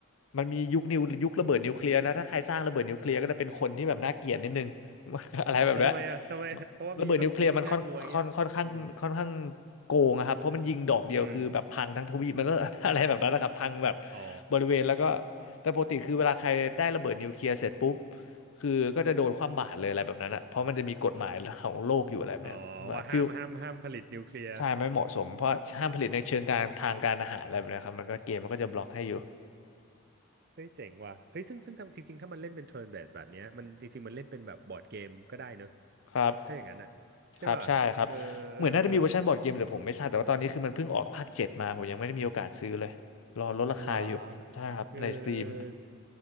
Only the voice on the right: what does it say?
เอาทำไมอ่ะทำไมเพราะว่ามีแบบไอ้นี่น่ากลัวอย่างเงี้ยอืม
อืม
อ๋อ
อ๋อว่าห้ามห้ามห้ามผลิตนิวเคลียร์
เฮ้ยเจ๋งว่ะเฮ้ยซึ่งซึ่งทำจริงๆถ้ามันเล่นเป็นเทิร์นเบสแบบเนี้ยมันจริงๆมันเล่นเป็นแบบบอร์ดเกมก็ได้เนอะ
ถ้าอย่างนั้นอ่ะใช่ป่ะเออเออเออ
เอาเหรอเออ